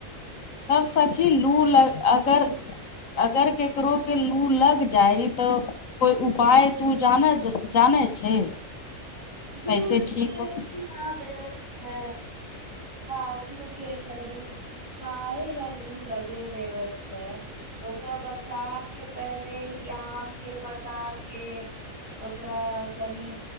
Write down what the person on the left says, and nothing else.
तब सखी लू ल अगर अगर केकरो के लू लग जाइ तऽ कोइ उपाय तू जान जानै छै
कैसे
ठीक
हो